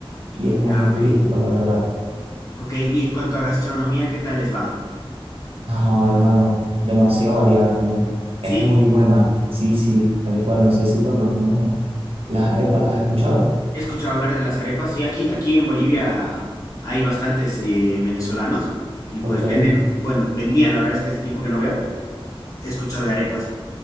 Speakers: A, on the right; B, on the left.
A: Y es muy
B: Ya, ok.
A: turístico, la verdad.
B: Ok, y en cuanto a gastronomía, ¿qué tal les va?
A: No, hermano, demasiado variada también.
B: ¿Sí?
A: Es muy buena. Sí, sí, tal cual. No sé si por lo menos las arepas las has escuchado.
B: He escuchado hablar de las arepas. Sí, aquí, aquí en Bolivia hay bastantes eh, venezolanos y pues
A: Ok.
B: venden, bueno, vendían, la verdad es que hace tiempo que no veo. He escuchado de arepas.